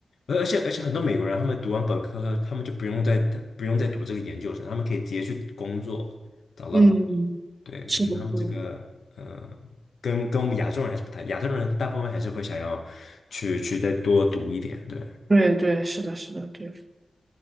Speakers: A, on the left; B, on the right.
A: 而而且而且很多美国人，他们读完本科，他们就不用再不用再读这个研究生，他们可以直接去工作，找到工作。
B: 嗯，
A: 对，
B: 是的，
A: 我觉得他们这个呃，
B: 是的，
A: 跟跟我们亚洲人还是不太，亚洲人大部分还是会想要去去再多读一点。对，
B: 对对，是的，是的，对，